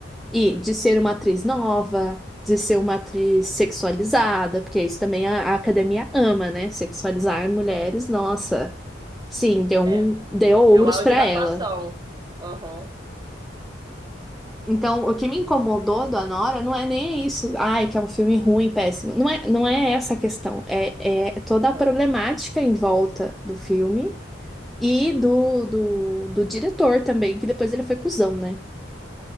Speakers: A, in the centre; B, on the right (about 20°).
A: e de ser uma atriz nova, de ser uma atriz sexualizada, porque isso também a, a academia ama, né? Sexualizar mulheres, nossa. Sim, deu um,
B: é,
A: deu ouros
B: É o auge
A: pra
B: da
A: ela.
B: atuação. Aham,
A: Então, o que me incomodou do Anora não é nem isso, ai, que é um filme ruim, péssimo. Não é, não é essa a questão. É, é toda
B: aham.
A: a problemática em volta do filme e do, do, do diretor também, que depois ele foi cuzão, né?